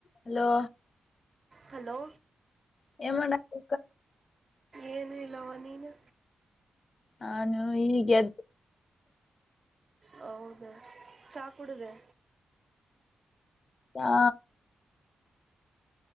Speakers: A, on the left (about 55°); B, on the right (about 50°).
A: <inaudible> Hello
B: hello
A: ಎಮ್ಮನಕ್ಕ
B: ಏನು ಇಲ್ಲವ ನೀನು
A: ನಾನು ಈಗೆದ <inaudible>
B: ಹೌದ ಚಾ ಕುೂಡಿದೆ
A: ಹಾ